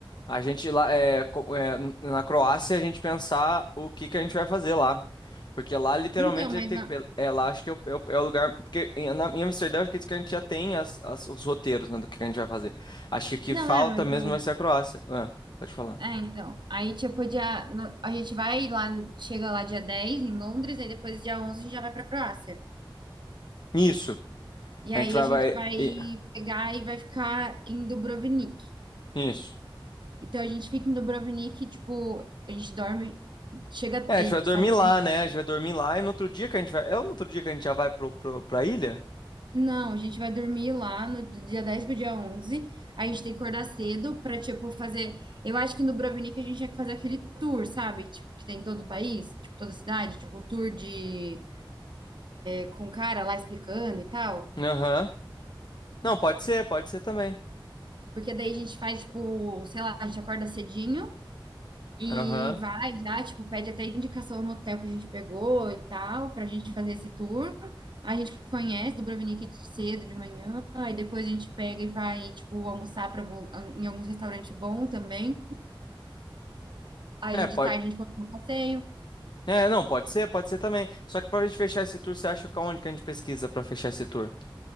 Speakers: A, on the left; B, on the right.
A: a gente lá é, co- é, n- na Croácia a gente pensar o que que a gente vai fazer lá. Porque lá literalmente
B: Então, mas
A: a gente tem
B: não.
A: que- é lá acho que é o, é o- é o lugar porque em, na, em Amsterdã acho que a gente já tem as, as- os roteiros né, do que que a gente vai fazer. Acho que o que
B: Não,
A: falta
B: é, mas
A: mesmo
B: o
A: vai ser a Croácia. Ah, pode falar.
B: É, então. Aí, tipo, dia, no- a gente vai lá, no- chega lá dia 10 em Londres, aí depois dia 11 a gente já vai pra Croácia.
A: Isso.
B: E
A: A
B: aí
A: gente vai,
B: a gente
A: vai
B: vai
A: e-
B: pegar e vai ficar em Dubrovnik.
A: isso.
B: Então a gente fica em Dubrovnik, tipo, a gente dorme, chega,
A: É,
B: a
A: a gente
B: gente
A: vai dormir
B: sabe?
A: lá, né? A gente vai dormir lá e no outro dia que a gente vai. É no outro dia que a gente já vai pro, pro, pra ilha?
B: Não, a gente vai dormir lá no dia 10 pro dia onze a gente tem que acordar cedo pra, tipo, fazer. Eu acho que em Dubrovnik a gente tinha que fazer aquele tour, sabe? Tipo, que tem em todo o país, tipo, toda cidade, tipo, o tour de com o cara lá explicando e tal.
A: Aham. Não, pode ser, pode ser também.
B: Porque daí a gente faz, tipo, sei lá, a gente acorda cedinho e
A: Aham.
B: vai já, tipo, pede até indicação no hotel que a gente pegou e tal, pra gente fazer esse tour. A gente conhece Dubrovnik de cedo, de manhã, aí depois a gente pega e vai, tipo, almoçar pra algum- em algum restaurante bom também. Aí
A: É,
B: de
A: pode.
B: tarde a gente continua o passeio.
A: É, não, pode ser, pode ser também. Só que pra gente fechar esse tour, você acha que aonde que a gente pesquisa pra fechar esse tour?